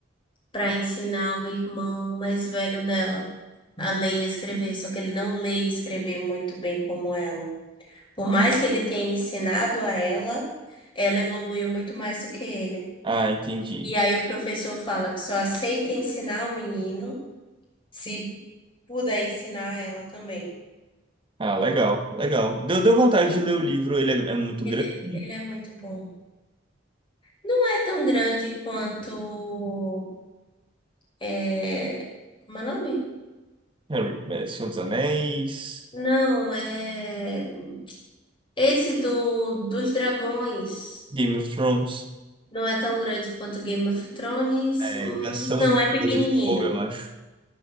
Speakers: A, on the left; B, on the right.
A: para ensinar o irmão mais velho dela a ler e a escrever, só que ele não lê e escrever muito bem como ela. Por mais que ele tenha ensinado a ela, ela evoluiu muito mais do que ele.
B: Ah, entendi.
A: E aí o professor fala que só aceita ensinar o menino se puder ensinar ela também.
B: Ah, legal, legal. Deu, deu vontade de ler o livro, ele é, é muito
A: Ele,
B: grande.
A: ele é muito bom. Não é tão grande quanto. É... Como é o nome?
B: Harry, é, Senhor dos Anéis,
A: Não, é. Esse do, dos dragões
B: Game of Thrones,
A: não é tão grande quanto Game of Thrones,
B: é,
A: mas
B: Canção
A: não
B: de
A: é pequenininho.
B: Gelo e Fogo, eu acho.